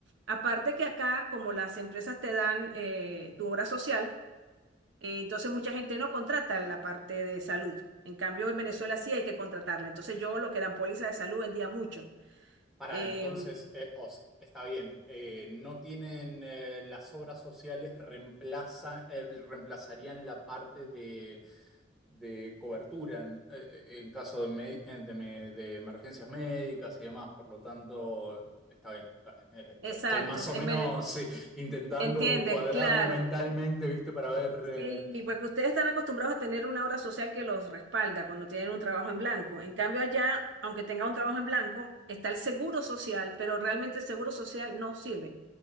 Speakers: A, on the right; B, in the centre.
A: aparte que acá, como las empresas te dan eh, tu obra social, eh, entonces mucha gente no contrata la parte de salud. En cambio, en Venezuela sí hay que contratarla. Entonces yo lo que eran póliza de salud vendía mucho.
B: Para
A: Eh,
B: entonces, eh, os, está bien, eh, no tienen eh, las obras sociales reemplazan, eh, reemplazarían la parte de, de cobertura en, eh, eh, en caso de, me- eh, de me- de emergencias médicas y demás, por lo tanto, está bien, está bien. Eh,
A: exacto.
B: t- estoy más o
A: En
B: menos
A: Vene-
B: eh, intentando
A: ¿Entiendes?
B: cuadrarlo
A: Claro.
B: mentalmente, ¿viste? Para ver eh,
A: Y porque ustedes están acostumbrados a tener una obra social que los respalda cuando tienen un trabajo en blanco. En cambio, allá, aunque tenga un trabajo en blanco, está el seguro social, pero realmente el seguro social no sirve.